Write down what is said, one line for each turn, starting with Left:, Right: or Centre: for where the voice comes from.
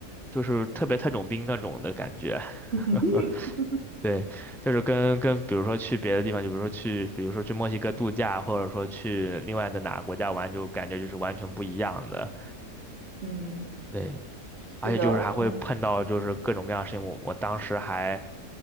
Centre: 就是特别特种兵那种的感觉。
Right: <laughs>
Centre: <laughs> 对，就是跟跟，比如说去别的地方，就比如说去，比如说去墨西哥度假，或者说去另外的哪个国家玩，就感觉就是完全不一样的。
Right: 嗯，
Centre: 对，
Right: 是的，
Centre: 而且就是还会碰到就是各种各样的事情。
Right: 那。
Centre: 我我当时还，